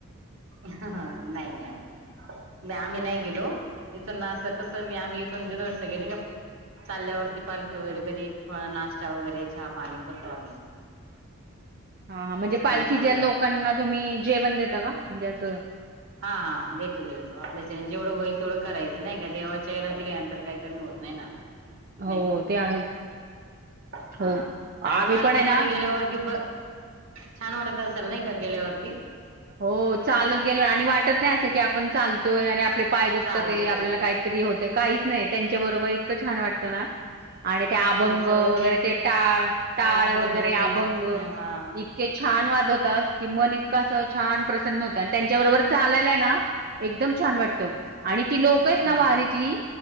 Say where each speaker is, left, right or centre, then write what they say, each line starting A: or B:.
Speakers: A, on the right; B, on the right.
A: नाही नाही. मी आम्ही नाही गेलो इथूनं अस कस मी आम्ही इथून देतो सगळनी का चाल्यावरती पालखी वगैरे कधी नाश्ता वगैरे चहा पाणी करतो आम्ही.
B: हा हा म्हणजे
A: असं
B: पालखीच्या
A: कधी चालल्यावरती
B: लोकांना तुम्ही जेवण देता का? म्हणजे असं
A: हा हा देतो. देतो आपल्याच्याने जेवढं होईल तेवढं करायचं नाही का देवाच्या याला दिल्यानंतर काही कमी होत नाही ना
B: हो
A: नाही का
B: ते आहेच
A: हा
B: हो
A: आणि
B: आम्ही
A: पालखीमध्ये
B: पण आहे ना
A: गेल्यावरती ब छान वाटत असेल ना गेल्यावरती
B: हो चालत गेलं आणि वाटत नाही असं की आपण चालतोय आणि आपले पाय दुखतात
A: चालतय
B: ते आपल्याला काहीतरी होते काहीच नाही त्यांच्या बरोबर इतकं छान वाटतं ना आणि ते अभंग
A: अ सगळं
B: वगैरे ते टाळ टाळ
A: मृदुंग
B: वगैरे अभंग
A: हा
B: इतके छान वा की मन इतक अस छान प्रसन्न होत आणि त्यांच्या बरोबर चालयलाय ना एकदम छान वाटत आणि ती लोकच ना
A: हा हा
B: वारीतली
A: हा